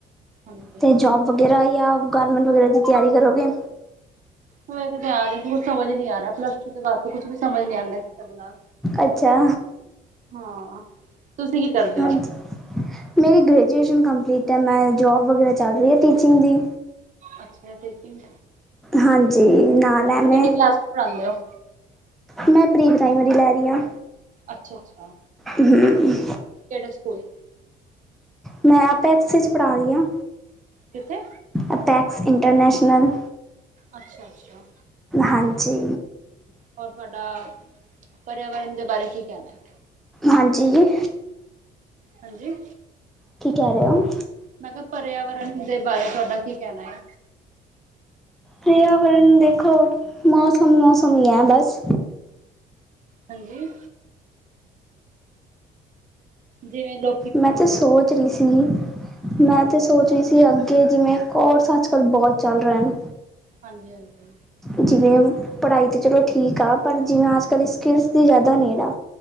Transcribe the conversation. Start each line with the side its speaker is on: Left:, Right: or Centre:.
Right: ਹਾਂਜੀ
Centre: ਤੇ ਜੋਬ ਵਗੈਰਾ ਜਾਂ ਗਾਰਮੈਂਟ ਵਗੈਰਾ ਦੀ ਤਿਆਰੀ ਕਰੋਗੇ?
Right: ਵੇਖਦੇ ਆ ਜਾ ਕੁਛ ਸਮਝ ਨੀ ਆ ਰਿਹਾ, ਪਲੱਸ ਟੂ ਦੇ ਬਾਅਦ। ਕੁਛ, ਵੀ ਸਮਝ ਨੀ ਆਂਦਾਂ ਕਰਨ ਨਾਲ।
Centre: ਅੱਛਾ
Right: ਹਾਂ, ਤੁਸੀਂ ਕੀ ਕਰਦੇ
Centre: ਹਾਂਜੀ
Right: ਹੋ ਅੱਜ?
Centre: ਮੇਰੀ ਗ੍ਰੈਜੂਏਸ਼ਨ ਕੰਪਲੀਟ ਹੈ, ਮੈਂ ਜੋਬ ਵਗੈਰਾ ਚੱਲ ਰਹੀ ਹੈ ਟੀਚਿੰਗ ਦੀ।
Right: ਅੱਛੇਆ ਟੀਚਿੰਗ
Centre: ਹਾਂਜੀ, ਨਾਲ ਐ ਮੈਂ
Right: ਕੇੜੀ ਕਲਾਸ ਵਿਚ ਪੜਾਂਦੇ ਓਂ।
Centre: ਮੈਂ ਪ੍ਰੀ-ਪ੍ਰਾਈਮਰੀ ਲੈ ਰਈ ਆਂ।
Right: ਅੱਛਾ-ਅੱਛਾ।
Centre: ਹੂੰ।
Right: ਕੇੜੇ ਸਕੂਲ
Centre: ਮੈਂ ਅਪੈਕਸ ਚ ਪੜਾ ਰਈ ਆਂ।
Right: ਕਿੱਥੇ
Centre: ਅਟੈਕਸ ਇੰਟਰਨੈਸ਼ਨਲ।
Right: ਅੱਛਾ-ਅੱਛਾ।
Centre: ਹਾਂਜੀ।
Right: ਹੋਰ ਤੁਆਡਾ ਪਰਿਆਵਰਨ ਦੇ ਬਾਰੇ ਕੀ ਕੈਨਾ।
Centre: ਹਾਂਜੀ ਜੀ।
Right: ਹਾਂਜੀ।
Centre: ਕੀ ਕੈ ਰਏ ਓਂ।
Right: ਮੈਂ ਕਿਆ ਪਰਿਆਵਰਨ ਦੇ ਬਾਰੇ ਤੁਆਡਾ ਕੀ ਕੈਨਾ ਏ।
Centre: ਪਰਿਆਵਰਨ ਦੇਖੋ, ਮੌਸਮ-ਮੌਸਮ ਈ ਐ ਬਸ।
Right: ਹਾਂਜੀ। ਜਿਵੇਂ ਲੋ
Centre: ਮੈਂ ਤੇ ਸੋਚ ਰੀ ਸੀ, ਮੈਂ
Right: ਹਾਂਜੀ
Centre: ਤੇ ਸੋਚ ਤੁਸੀਂ ਅੱਗੇ ਜਿਵੇਂ ਕੋਰਸ ਅੱਜ-ਕੱਲ੍ਹ ਬੋਤ ਚੱਲ ਰੇਆ ਨਾ।
Right: ਹਾਂਜੀ-ਹਾਂਜੀ।
Centre: ਜਿਵੇਂ ਪੜਾਈ ਤਾਂ ਚਲੋ ਠੀਕ ਆ ਪਰ ਜਿਵੇਂ ਅੱਜ-ਕੱਲ ਸਕਿੱਲਸ ਦੀ ਜਾਦਾ ਨੀਡ ਐ।